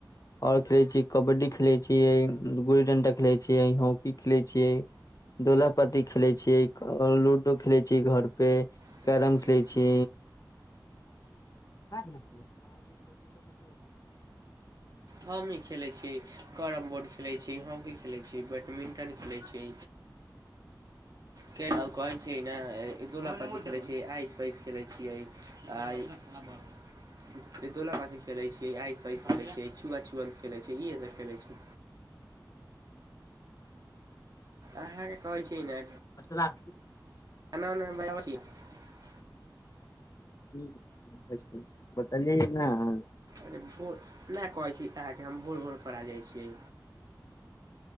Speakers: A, on the left (about 50°); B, on the right (about 55°).
A: आओर खेलै छी कबड्डी ख खेलै छियै गुल्ली डंडा खेलैत छियै हॉकी खेलैत छियै दोलापती खेले छियै लूडो खेले छियै घर पे
B: पसन्द
A: कैरम खेलैत छी भऽ गेलौ
B: हम ई खेलै छी करम बोर्ड खेलै छी हॉकी खेलै छी बैडमिंटन खेलै छी केन आउ कहै छैै ने दुला पत्ती खेलै छ आसि पैस खेलै छियै आ दोला पाती खेलैत छियै आइस पाइस खेलैत छियै छुआ छुअन्त खेलैत छै इएहसभ खेलैत छै अहाँके कहै छै ने
A: राख
B: <unintelligible>
A: <unintelligible>
B: अरे भोर ने कहै छी अहाँके हम भोर भोर परा जाइ छी